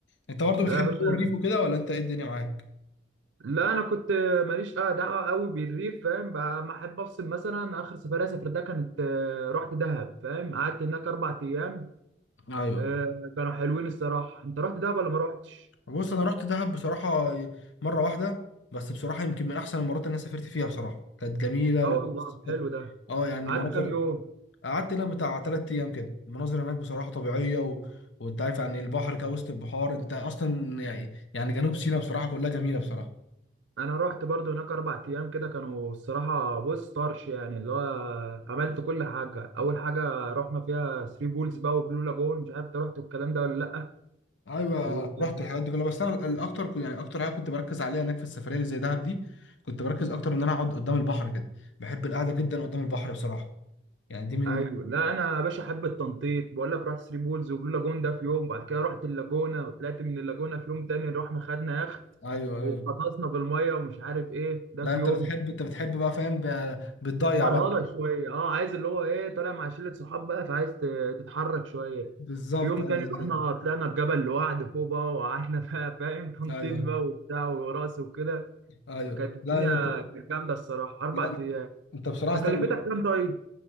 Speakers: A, on the left; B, on the right.
A: انت برضه
B: لا
A: بتحب
B: يا باشا
A: جو الريف وكده ولا انت ايه الدنيا معاك؟
B: لا انا كنت ماليش آه دعوه قوي بالريف فاهم بقى ما احب افصل مثلا اخر سفريه سافرتها كانت آه، رحت دهب فاهم قعدت هناك اربع ايام
A: ايوه
B: آه، كانوا حلوين الصراحه انت رحت دهب ولا ما رحتش
A: بص انا رحت دهب بصراحه مره واحده بس بصراحه يمكن من احسن المرات اللي انا سافرت فيها بصراحه كانت جميله
B: لا
A: و
B: والله حلو
A: كانت-
B: ده
A: اه يعني
B: قعدت
A: المناظر
B: كام يوم
A: قعدت لها بتاع تلات ايام كده المناظر هناك بصراحه طبيعيه و... وانت عارف يعني البحر كده وسط البحار انت اصلا يعني يعني جنوب سيناء بصراحه كلها جميله بصراحه
B: انا رحت برضو هناك اربع ايام كده كانوا الصراحه بص طرش يعني اللي هو عملت كل حاجه اول حاجه رحنا فيها ثري بولز بقى وبلو لاجون مش عارف انت رحت الكلام ده ولا
A: ايوه
B: لا
A: رحت الحاجات دي كلها بس انا الاكتر يعني اكتر حاجه كنت بركز عليها هناك في السفريه اللي زي دهب دي كنت بركز اكتر ان انا اقعد قدام البحر كده بحب القعده جدا قدام البحر بصراحه يعني دي من
B: ايوه لا انا يا باشا حب التنطيط بقول لك رحت ثري بولز وبلو لاجون ده في يوم وبعد كده رحت اللاجونه وطلعت من اللاجونه في يوم تاني رحنا خدنا يخت
A: ايوه
B: وغطسنا
A: ايوه
B: في الميه ومش عارف ايه ده
A: لا
B: في
A: انت
B: يوم
A: بتحب انت بتحب بقى فاهم ب- بتضيع
B: فرهضه
A: بقى
B: شويه اه عايز اللي هو ايه طالع مع شله صحاب بقى فعايز ت- تتحرك شويه
A: بالظبط
B: في يوم
A: ايوه
B: تاني
A: ده حقيقي.
B: رحنا طلعنا الجبل لوحد فوق بقى وقعدنا <laughs> بقى فاهم تنطيط
A: ايوه
B: بقى وبتاع ورقص وكده
A: ايوه
B: فكانت الدنيا
A: لا انت
B: كانت جامده الصراحه اربع
A: لا
B: ايام
A: انت بصراحه
B: تكلفتك
A: است-
B: كام طيب؟